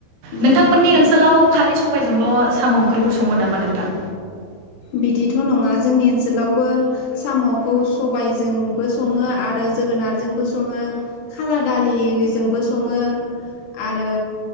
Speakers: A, on the right (about 85°); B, on the left (about 75°).
A: नोंथांमोननि
B: औ
A: ओनसोलाव खालि स सबायजोंल' साम' ओंख्रिखौ सङो नामा नोंथां?
B: बिदिथ' नङा जोंनि ओनसोलावबो साम'खौ सबायजोंबो सङो आरो जोगोनारजोंबो सङो खाला दालिजोंबो सङो आरो